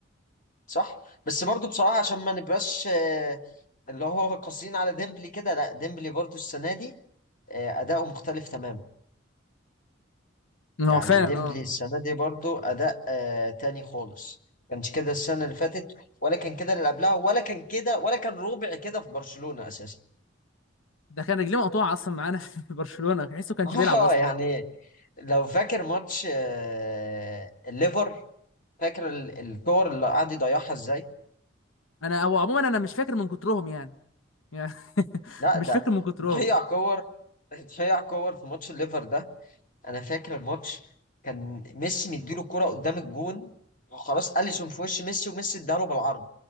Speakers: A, on the left; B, on the left.
A: صح بس برضو بصراحة عشان ما نبقاش آه، اللي هو قاسيين على ديمبلي كده لا ديمبلي برضو السنة دي آه، أداؤه مختلف تماما
B: ما
A: يعني
B: هو فعلا
A: ديمبلي
B: اه
A: السنة دي برضو أداء آه، تاني خالص كانش كده السنة اللي فاتت ولا كان كده اللي قبلها ولا كان كده ولا كان ربع كده في برشلونة أساسا
B: ده كان رجليه مقطوعه اصلا معانا <laughs> في برشلونه تحسه كانش
A: <laughs>
B: بيلعب
A: اه
B: اصلا
A: يعني لو فاكر ماتش آه، الليفر فاكر ال- الكور اللي قعد يضيعها ازاي
B: انا هو عموما انا مش فاكر من كترهم يعني يعني <laughs>
A: لا
B: مش
A: ده
B: فاكر من كترهم
A: ضيع كور ضيع كور في ماتش الليفر ده انا فاكر الماتش كان ميسي مديله كرة قدام الجون وخلاص اليسون في وش ميسي وميسي اداله بالعرض